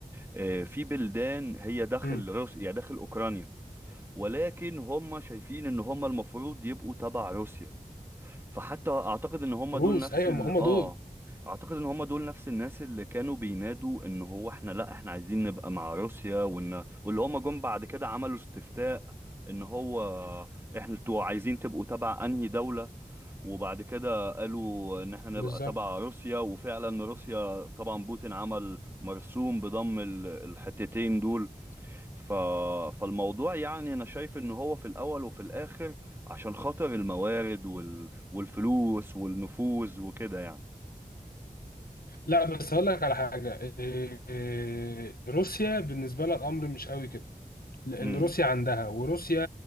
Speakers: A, on the right; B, on the left.
A: آه، في بلدان هي داخل
B: مم.
A: روسيا يعني داخل اوكرانيا ولكن هم شايفين ان هم المفروض يبقوا تبع روسيا فحتى اعتقد ان هم
B: روس
A: دول نفس
B: ايوه
A: ال
B: ما هم
A: اه
B: دول
A: اعتقد ان هم دول نفس الناس اللي كانوا بينادوا ان هو احنا لا احنا عايزين نبقى مع روسيا وان واللي هم جم بعد كده عملوا استفتاء ان هو احنا انتوا عايزين تبقوا تبع انهي دولة وبعد كده قالوا ان احنا نبقى
B: بالظبط
A: تبع روسيا وفعلا روسيا طبعا بوتين عمل مرسوم بضم ال- الحتتين دول ف... فالموضوع يعني انا شايف ان هو في الاول وفي الاخر عشان خاطر الموارد وال... والفلوس والنفوذ وكده يعني
B: لا بس هقول لك على حاجة إيه- إيه، روسيا بالنسبة لها الأمر مش قوي كده لأن
A: امم
B: روسيا عندها وروسيا